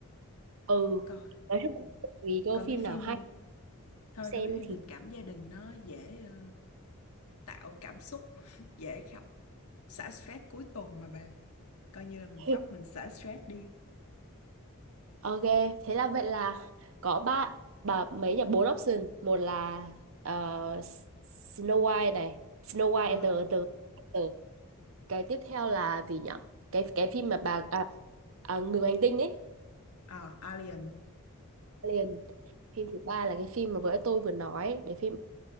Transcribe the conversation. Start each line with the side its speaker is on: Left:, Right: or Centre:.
Right: ừ
Left: Để coi
Right: nói chung là tùy cơ
Left: coi mấy
Right: phim
Left: phim
Right: nào hay
Left: thôi
Right: xem
Left: coi mấy phim
Right: thì
Left: tình cảm gia đình nó dễ ờ, tạo cảm xúc <laughs> dễ khóc xả stress cuối tuần mà bà coi như là mình
Right: hay.
Left: khóc mình xả stress đi
Right: ok thế là vậy là có ba bà mấy nhỉ bốn option một là ờ, S- Snow White này Snow White
Left: Ờ,
Right: and the, the the cái tiếp theo là gì nhở cái cái phim mà bà à, à, người ngoài hành tinh ấy
Left: à, Alien
Right: liền phim thứ ba là cái phim mà vừa tôi vừa nói để phim